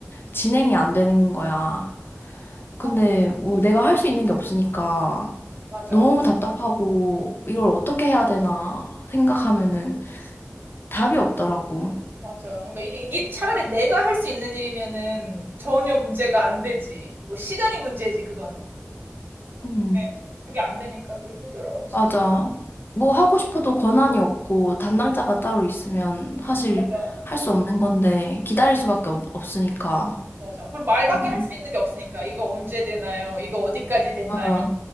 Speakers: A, on the left; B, on the right.
A: 진행이 안 되는 거야. 근데
B: 아,
A: 뭐 내가 할 수 있는 게 없으니까
B: 맞아.
A: 너무 답답하고 이걸 어떻게 해야 되나 생각하면은 답이 없더라고.
B: 맞아. 그러니까 이게, 이게 차라리 내가 할 수 있는 일이면은 전혀 문제가 안 되지. 뭐 시간이 문제지 그거는.
A: 음,
B: 네. 그게 안 되니까 그 힘들어 진짜.
A: 맞아. 뭐 하고 싶어도 권한이 없고 담당자가 따로 있으면 사실
B: 맞아.
A: 할 수 없는 건데 기다릴 수밖에 없, 없으니까.
B: 맞아. 그리고 말밖에
A: 음.
B: 할 수 있는 게 없으니까 이거 언제 되나요? 이거 어디까지 됐나요?
A: 어,